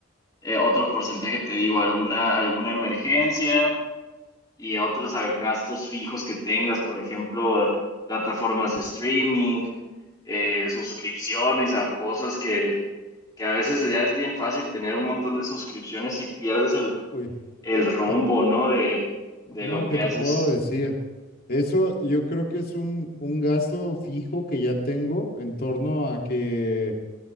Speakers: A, on the left; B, on the left.
A: eh, otro porcentaje, te digo, alguna, alguna emergencia y a otros a gastos fijos que tengas, por ejemplo, plataformas de streaming, eh, suscripciones a cosas que, que a veces ya es bien fácil tener un montón de suscripciones y pierdes el,
B: Uy.
A: el rumbo,
B: <laughs>
A: ¿no? De, de
B: No,
A: lo
B: ¿qué
A: que
B: te
A: haces.
B: puedo decir? Eso yo creo que es un, un gasto fijo que ya tengo en torno a que,